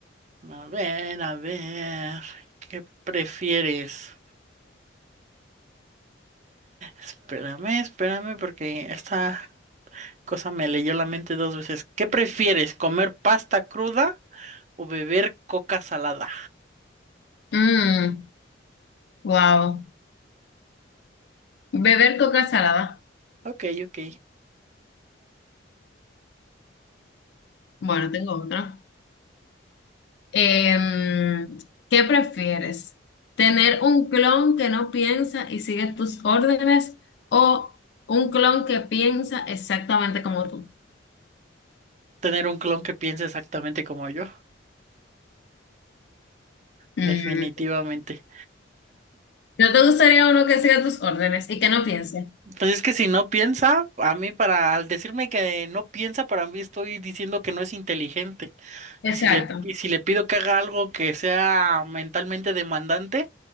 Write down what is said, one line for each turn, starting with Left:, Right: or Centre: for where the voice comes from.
Right: A ver, a ver, ¿qué prefieres? Espérame, espérame, porque esta cosa me leyó la mente dos veces. ¿Qué prefieres? ¿Comer pasta cruda o beber coca salada?
Left: Mm, wow. Beber coca salada.
Right: Ok, ok.
Left: Bueno, tengo otra. Em, ¿qué prefieres? ¿Tener un clon que no piensa y sigue tus órdenes o un clon que piensa exactamente como tú?
Right: Tener un clon que piense exactamente como yo,
Left: Mm,
Right: definitivamente.
Left: ¿No te gustaría uno que siga tus órdenes y que no piense?
Right: Pues es que si no piensa, a mí para, al decirme que no piensa, para mí estoy diciendo que no es inteligente.
Left: Exacto.
Right: Y si le, y si le pido que haga algo que sea mentalmente demandante,